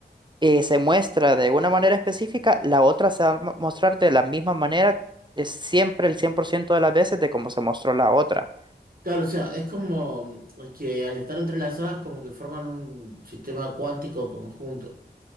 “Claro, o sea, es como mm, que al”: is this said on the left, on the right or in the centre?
Right